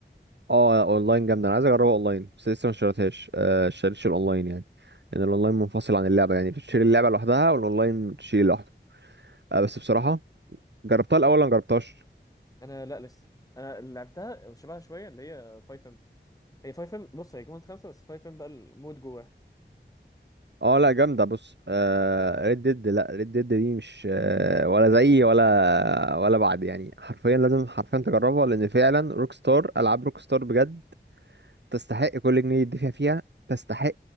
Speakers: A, on the right; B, on the left.
A: اه اونلاين جامده انا عايز اجربها اونلاين بس لسه ما اشتريتهاش آه، اشتريتش الاونلاين يعني لان الاونلاين منفصل عن اللعبه يعني بتشتري اللعبه لوحدها والاونلاين تشتري لوحده آه بس بصراحه جربتها الاول ولا ما جربتهاش
B: انا لا لسه انا اللي لعبتها وشبهها شوية اللي هي 5 ام هي 5 ام بص هي جيم خمسة بس 5 ام بقى المود جواها
A: اه لا جامده بص آه ريد ديد لا ريد ديد دي مش آه ولا زي ولا ولا بعد يعني حرفيا لازم حرفيا تجربها لان فعلا روك ستار العاب روك ستار بجد تستحق كل جنيه يدفع فيها تستحق